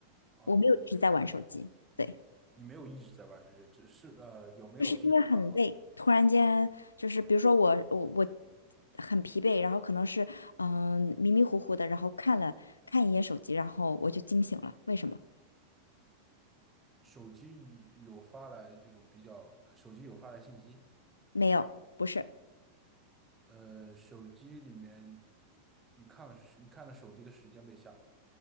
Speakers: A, on the right; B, on the left.
A: 哦，
B: 我没有一直在玩手机，对，
A: 你没有一直在玩手机，只是呃有没有信息发过来？
B: 就是因为很累，突然间就是比如说我我我很疲惫，然后可能是嗯、迷迷糊糊的，然后看了看一眼手机，然后我就惊醒了。为什么？
A: 手机有发来这种比较，手机有发来信息，
B: 没有，不是，
A: 呃，手机里面你看了你看了手机的时间被吓，